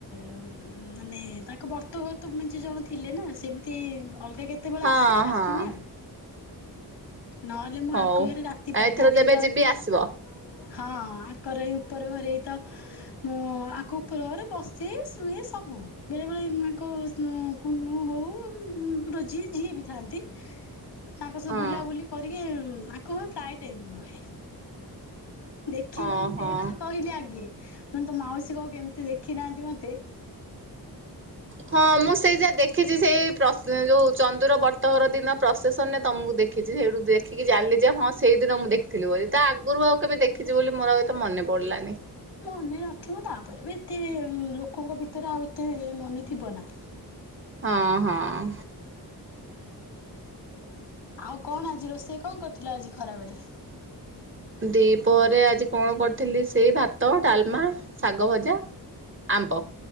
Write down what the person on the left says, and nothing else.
ଉ ମାନେ ତାଙ୍କ ବର୍ତ୍ <unintelligible> ମିଞ୍ଚି ଜଣ ଥିଲେ ନା ସେମିତି ଅଲଗା କେତେବେଳେ
ଆସିଲେ
ଆସିମି ଆଉ। ନହେଲେ ମୁଁ
ଆଙ୍କ ଘରେ ରାତି ପାଇଲି
ଏବେ
ଏବେ ଆଙ୍କ
ହଁ ଆଙ୍କର ଏଇ ଉପର ଘରେ ଏଇ ତ ମୁଁ ଆଙ୍କ ଉପର ଘରେ ବସେ ସୁଏ ସବୁ। ବେଳେ ବେଳେ କ- <unintelligible> କୁନୁ ହଉ ଉଁ, ରୋଜି ଯିଏ ବି ଥାଆନ୍ତି। ତାଙ୍କ ସହ
ବୁଲାବୁଲି କରିକି ଉଁ, ଆଙ୍କ ଘରେ ପ୍ରାୟ ଟାଇମ୍ ମୁଁ ରୁହେ। ଦେଖିଲ
ତ ମୁଁ ସେଇଟା ତ କହିଲି ଆଗେ, ମୁଁ କହିନି ତ ମାଉସୀ କହ କେମିତି ଦେଖିନାହାନ୍ତି ମୋତେ।
ମନେ ନଥିବ ତାପରେ ବି ଏତେ ଉଁ, ଲୋକଙ୍କ ଭିତରେ ଆଉ ଏତେ ମନେଥିବ ନା।
ଆଉ କଣ ଆଜି ରୋଷେଇ କଣ କରିଥିଲ ଆଜି ଖରା ବେଳେ?